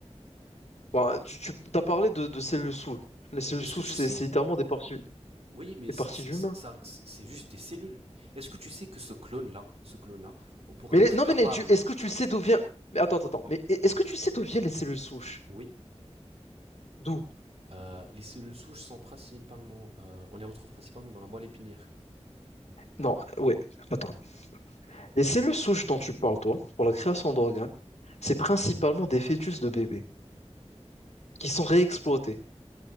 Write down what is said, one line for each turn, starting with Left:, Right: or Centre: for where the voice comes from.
Left: Bah, tu, tu t'as parlé de, de cellules souches. Les cellules
Right: Est-ce
Left: souches,
Right: que tu
Left: c'est
Right: sais
Left: c'est littéralement des parties,
Right: Oui, mais
Left: des
Right: c-
Left: parties
Right: c-
Left: d'humains.
Right: ça c'est juste des cellules. Est-ce que tu sais que ce clone là, ce clone là, on pourrait
Left: Mais
Right: être
Left: les- non,
Right: capable,
Left: mais les- tu- est-ce que tu sais d'où vient... Mais attends, attends, attends. Mais e- est-ce que tu sais d'où viennent les cellules souches?
Right: oui,
Left: D'où?
Right: Euh, les cellules souches sont principalement, euh, on les retrouve principalement dans la moelle épinière.
Left: Non, euh, ouais, attends. Les cellules souches dont tu parles, toi, pour la
Right: Hein
Left: création d'organes, c'est principalement des fœtus de bébés qui sont réexploités.